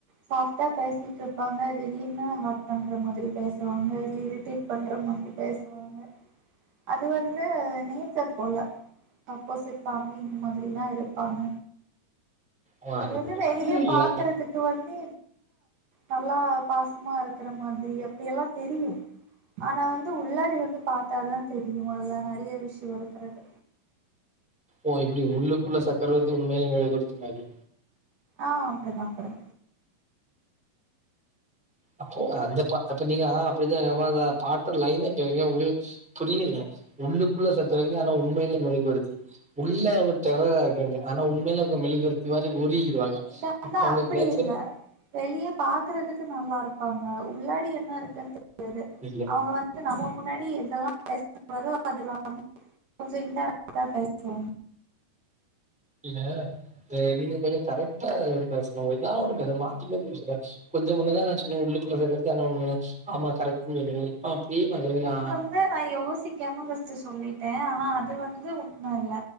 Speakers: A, on the right; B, in the centre.
A: சாஃப்ட்டா பேசிட்டுருப்பாங்க திடீர்னு ஹார்ட் பண்ற மாரி பேசுவாங்க இல்ல இரிடேட் பண்ற மாதிரி பேசுவாங்க அது வந்து நேச்சர் போல அப்போசிட் ஃபேமிலி இந்த மாதிரி தா இருப்பாங்க
B: ஆ
A: அது வந்து வெளிய பாக்றதுக் கு வந்து நல்லா பாசமா இருக்கற மாதிரி அப்டியல்லா தெரியு ஆனா வந்து உள்ளாடி வந்து பாத்தாதா தெரியு அதுல நெறைய விஷயம் இருக்றது
B: ஓ இப்டி உள்ளுக்குள்ள சக்கரவர்த்தி உண்மையில மெழுகுவர்த்தி மாரி
A: ஆ அப்டிதா அப்டிதா
B: அப்போ அந்த பா அப்ப நீங்க அப்டித்தா பாட்ட லைன்னா கேக்க உங்களு புரியல உள்ளுக்குள்ள சக்கரைங்க ஆனா உண்மையில மெழுகுவர்த்தி உள்ள அவங்க டெரரா இருக்காங்க ஆனா உண்மையில அவங்க மெழுகிவர்த்தி மாரி உருகி டு வாங்க
A: இது
B: அப்ப
A: ஆனா
B: அவங்க
A: அப்டி
B: நேச்சரு
A: இல்ல வெளிய பாக்றதுக்கு நல்லா இருப்பாங்க உள்ளாடி என்ன இருக்குன்னு தெரியாது
B: இல்ல
A: அவங்க வந்து நம்ம முன்னாடி எதல்லா பேசக்கூடாது அதுலா கொஞ்சோ இன்டேரக்டா பேசுவோ
B: இல்ல நீங்க கொஞ்ச கரெக்டா பேசணு இதா ஒண்ணு மாத்தி மாத்தி பேசற கொஞ்ச முன்ன தா நா சொன்னே உள்ளுக்குள்ள சக்ரவர்த்தி ஆனா உண்மையில ஆமா கரெக்டுனு சொன்னிங்க இப்ப அப்டியே மாத்தி யா
A: இல்ல டா யோசிக்காம ஃபர்ஸ்ட் சொல்லிட்டே ஆனா அது வந்து உண்ம இல்ல